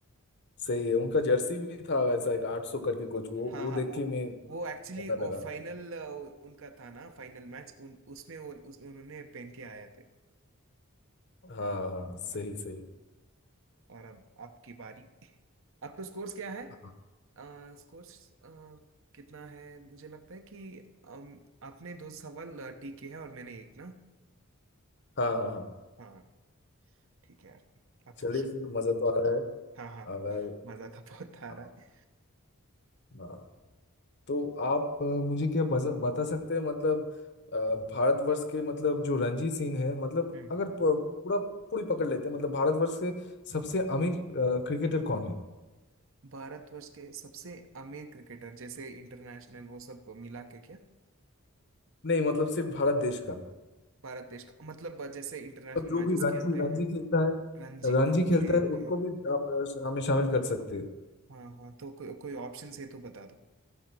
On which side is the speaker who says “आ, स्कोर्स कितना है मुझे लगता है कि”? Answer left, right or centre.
Right